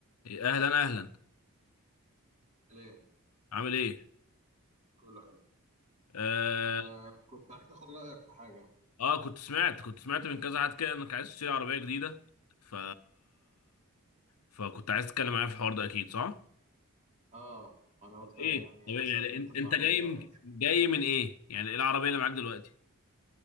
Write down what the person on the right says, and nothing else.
ليه
كله حلو
آه كنت عايز اخد رايك في حاجه
اه انا
قلت يعني
اسالك
انت في
العربيات